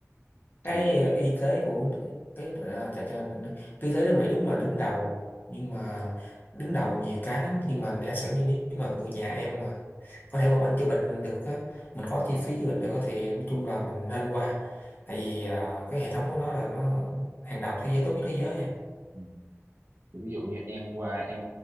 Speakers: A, on the right; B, on the left.
A: thì
B: cái y tế của nước- cái à, chà, chà, cái y tế nước Mỹ đúng là đứng đầu nhưng mà đứng đầu nhiều cái lắm nhưng mà giả sử như nếu mà người nhà em mà có thể qua bệnh chữa bệnh được á mình có
A: ừ,
B: chi phí chữa bệnh được á, thì nói chung là mình nên qua tại vì à, cái hệ thống
A: ừ,
B: của nó là nó hàng đầu thế giới tốt nhất thế giới à.
A: ừ. Thì ví dụ như em qua em